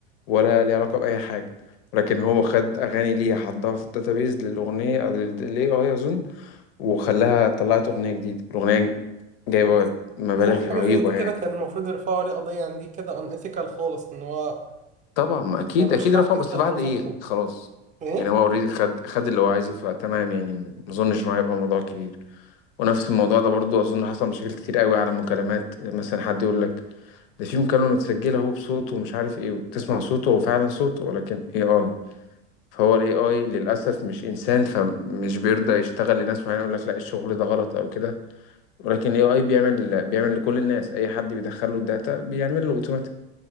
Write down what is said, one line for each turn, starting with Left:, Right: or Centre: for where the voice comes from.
Left: ولا ليه علاقة بأي حاجة لكن هو خد أغاني ليها حطها في داتابيز للأغنية أو لل لل AI أظن وخلاها طلعت أغنية جديدة الأغنية جايبة
Right: بس
Left: مبالغ
Right: أظن حاجة
Left: رهيبة
Right: زي دي كده
Left: يعني
Right: كان المفروض يرفعوا عليه قضية عن دي كده unethical خالص إن هو
Left: طبعا ما اكيد
Right: ملوش
Left: اكيد
Right: حق
Left: رفع
Right: يستخدم
Left: بس بعد
Right: صوتهم
Left: ايه خلاص
Right: إيه؟
Left: يعني هو اوريدي خد خد اللي هو عايزه فتمام يعني ما اظنش انه هيبقى موضوع كبير ونفس الموضوع ده برضو اظن حصل مشاكل كتير قوي على المكالمات مثلا حد يقول لك ده في مكالمة متسجلة هو بصوته ومش عارف ايه وتسمع صوته هو فعلا صوته ولكن اي اي فهو الاي اي للاسف مش انسان فمش بيرضى يشتغل لناس معينه يقول لك لا الشغل ده غلط او كده ولكن الاي اي بيعمل بيعمل لكل الناس اي حد بيدخل له الداتا بيعمل له اوتوماتيك